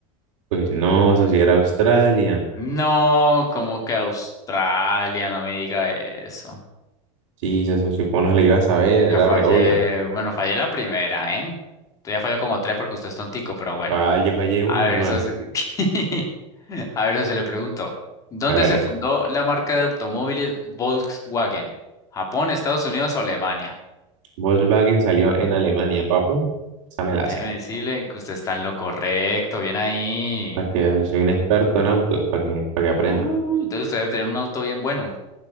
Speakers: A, on the right; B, on the left.
A: Pues no, socio, era Australia.
B: No, como que Australia, no me diga eso.
A: Sí, ya socio, ¿cómo no se la iba a saber?
B: Ya
A: Era
B: fallé,
A: re obvia.
B: bueno, fallé la primera, ¿eh? Usted ya falló como tres porque usted es tontico, pero bueno.
A: Ah, yo fallé una
B: A ver,
A: nomás.
B: eso sí. <laughs> A ver, eso se le pregunto. ¿Dónde
A: Hágale.
B: se fundó la marca de automóviles Volkswagen? ¿Japón, Estados Unidos o Alemania?
A: Volkswagen salió en Alemania, papu. Esa me la hace.
B: Déjeme decirle que usted está en lo correcto, bien ahí.
A: Para que vea, soy un experto en autos, para que, para que aprenda.
B: Uh, entonces usted debe tener un auto bien bueno.